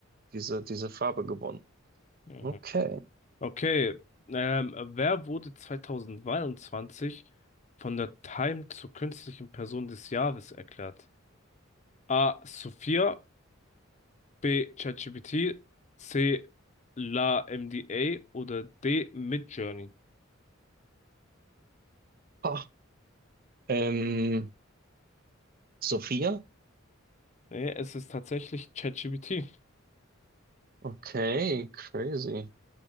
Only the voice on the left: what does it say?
Mhm.
Okay, ähm, wer wurde 2022 von der Time zur künstlichen Person des Jahres erklärt? A. Sophia, B. ChatGPT, C. LaMDA oder D. Midjourney?
Nee, es ist tatsächlich ChatGPT. <laughs>